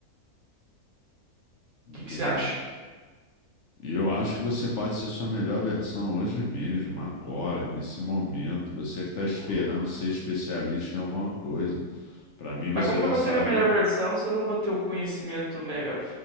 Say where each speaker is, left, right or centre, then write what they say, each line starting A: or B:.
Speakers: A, on the right (about 65°); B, on the left (about 55°).
A: O
B: Entende?
A: que que você acha?
B: E eu acho que você pode ser sua melhor versão hoje mesmo, agora, nesse momento. Você que está esperando
A: Ô, louco.
B: ser especialista em alguma coisa. Para mim, você
A: Mas como
B: já
A: que eu vou
B: sabe.
A: ser minha melhor versão se eu não vou ter o conhecimento mega,